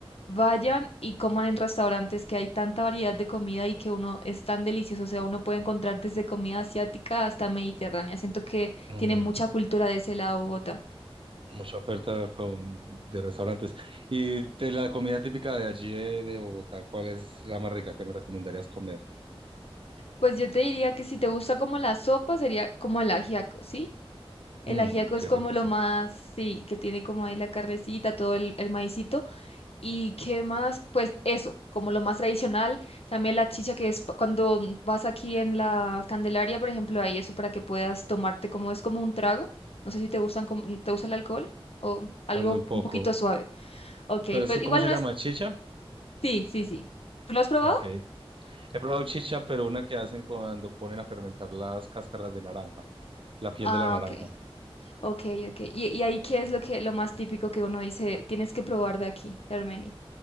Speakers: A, on the left (about 75°); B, on the right (about 60°).
A: vayan y coman en restaurantes, que hay tanta variedad de comida y que uno es tan delicioso, o sea, uno puede encontrar desde comida asiática hasta mediterránea. Siento que
B: Mm.
A: tiene mucha cultura de ese lado Bogotá.
B: Mucha oferta con- de restaurantes. Y de la comida típica de allí de, de Bogotá, ¿cuál es la más rica que me recomendarías comer?
A: Pues yo te diría que si te gusta como la sopa, sería como el ajiaco, ¿sí? El
B: Mmm,
A: ajiaco
B: qué
A: es como
B: rico,
A: lo
B: sí.
A: más, sí, que tiene como ahí la carnecita, todo el, el maicito. ¿Y qué más? Pues eso, como lo más tradicional. También la chicha, que es pa- cuando vas aquí en la Candelaria, por ejemplo, hay eso para que puedas tomarte como es como un trago. No sé si te gustan, como- mm, te gusta el alcohol o algo
B: Es Muy poco.
A: un poquito suave. Ok,
B: Pero eso,
A: pues igual
B: ¿cómo se
A: no
B: llama?
A: es.
B: ¿Chicha?
A: Sí, sí, sí. ¿Tú lo has probado?
B: Ok. He probado chicha, pero una que hacen cuando ponen a fermentar las cáscaras de naranja, la piel
A: Ah,
B: de la naranja.
A: ok. Ok, ok. ¿Y, y ahí qué es lo que lo más típico que uno dice, tienes que probar de aquí, de Armenia?